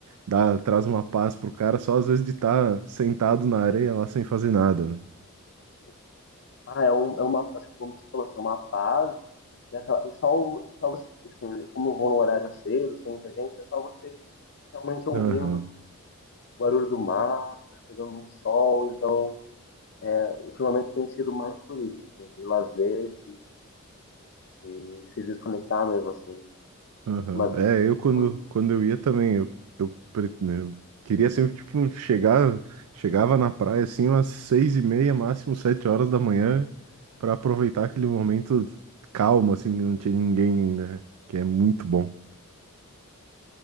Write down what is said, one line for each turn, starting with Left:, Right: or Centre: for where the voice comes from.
Right: dá, traz uma paz pro cara só às vezes de estar sentado na areia lá sem fazer nada, né?
Left: Sim. Ah, é, um, é uma, acho que como você falou assim, é uma paz E, aquela- e só, o- só você, assim, como eu vou no horário cedo, sem muita gente, é só você realmente ouvindo
Right: Aham.
Left: o barulho do mar, pegando um sol. Então, é, ultimamente tem sido mais por isso, assim, de lazer, de, de se desconectar mesmo, assim.
Right: Aham.
Left: Mas eu
Right: É, eu quando,
Left: tenho, um,
Right: quando eu ia também, eu, eu, pre- né, eu queria sempre, tipo, chegar, chegava na praia, assim, umas seis e meia, máximo sete horas da manhã, para aproveitar aquele momento calmo, assim, que não tinha ninguém ainda, que é muito bom.